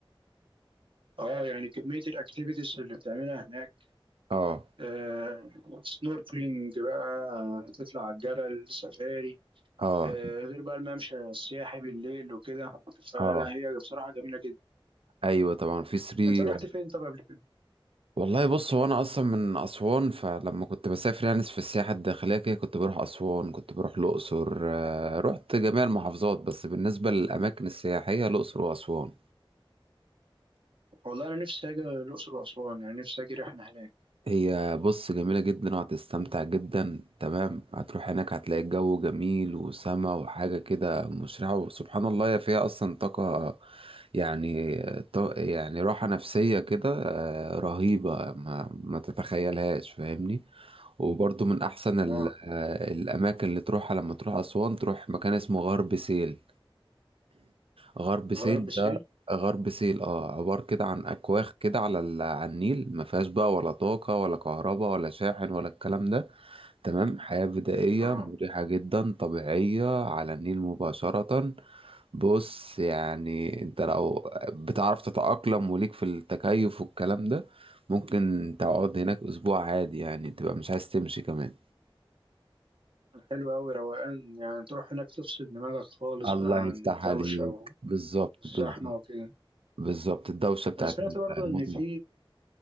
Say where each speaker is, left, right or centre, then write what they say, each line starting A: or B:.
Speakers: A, on the right; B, on the right.
A: اه يعني كميه الاكتيفيتيز اللي بتعملها هناك
B: اه
A: آه سنوركلينج بقى تطلع على الجبل سفاري
B: اه
A: آه غير بقى الممشى السياحي بالليل وكده فلا
B: اه
A: هي بصراحه جميله جدا
B: ايوه طبعا في سري
A: انت رحت فين طب قبل كده
B: والله بص هو انا اصلا من اسوان فلما كنت بسافر يعني في السياحة الداخلية كده كنت بروح اسوان كنت بروح الاقصر آه، رحت جميع المحافظات بس بالنسبة للاماكن السياحية الاقصر واسوان
A: والله انا نفسي اجي الاقصر واسوان يعني نفسي اجي رحله هناك
B: هي بص جميلة جدا وهتستمتع جدا تمام هتروح هناك هتلاقي الجو جميل وسما وحاجة كده مشرقة وسبحان الله هي فيها أصلا طاقة يعني طاقة يعني راحة نفسية كده آه، رهيبة ما, ما تتخيلهاش فاهمني وبرضو من أحسن ال-
A: اه
B: آه، الأماكن اللي تروحها لما تروح أسوان تروح مكان اسمه غرب سهيل غرب سهيل
A: غرب
B: ده
A: سهيل
B: غرب سهيل اه عبارة كده عن أكواخ كده على ال- على النيل ما فيهاش بقى ولا طاقة ولا كهرباء ولا شاحن ولا الكلام ده تمام حياة بدائية
A: اه
B: مريحة جدا طبيعية على النيل مباشرة بص يعني انت لو بتعرف تتأقلم وليك في التكيف والكلام ده ممكن تقعد هناك أسبوع عادي يعني تبقى مش عايز تمشي كمان
A: حلو قوي روقان يعني تروح هناك تفصل دماغك خالص
B: الله
A: بقى عن
B: يفتح
A: الدوشه
B: عليك بالظبط
A: والزحمه
B: بالظبط
A: وكده
B: بالظبط الدوشة بتاعت
A: انا سمعت برضو
B: المدن
A: ان في